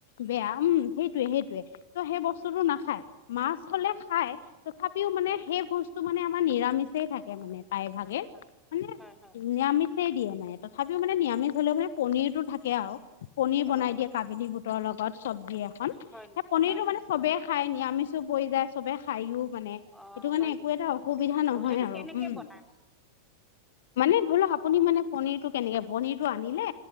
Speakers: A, on the left; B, in the centre.
A: বেয়া উম, সেইটোয়ে সেইটোয়ে
B: উম,
A: ত' সেই বস্তুটো
B: উম,
A: নাখায়। মাছ হ'লে
B: হয়
A: খাই, তথাপিও মানে
B: হয়
A: সেই বস্তু মানে নিৰামিষেই থাকে মানে প্ৰায় ভাগে
B: হয়
A: মানে
B: হয়, হয়।
A: নিৰামিষেই কে দিয়ে মানে তথাপিও মানে নিৰামিষ হ'লেও মানে পণীৰতো থাকে আৰু পনিৰ
B: অ',
A: বনাই দিয়ে কাবিলি বুটৰ লগত চবজি এখন
B: হয় নি?
A: সেই পনিৰটো
B: হয়
A: মানে
B: নি?
A: চবেই খাই। নিৰামিষো পৰি যায় চবে খাইও। মানে সেইটো
B: অ',
A: কাৰণে
B: হয়
A: একো
B: নি?
A: এটা অসুবিধা নহয়
B: অ', সেইটো
A: আৰু
B: কেনেকে
A: উম।
B: বনাই?
A: মানে ধৰি লওঁক আপুনি মানে পণীৰটো কেনেকে পণীৰটো আনিলে।